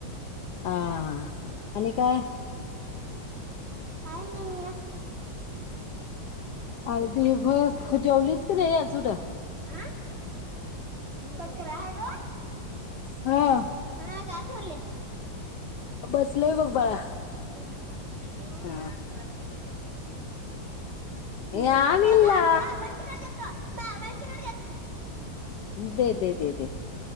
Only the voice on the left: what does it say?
हा हा. आणि काय
अर्धी
बघ जेवलीस
की नाही अजून
हा
बसलोय बघ बाळा
अ
यानिला
दे दे दे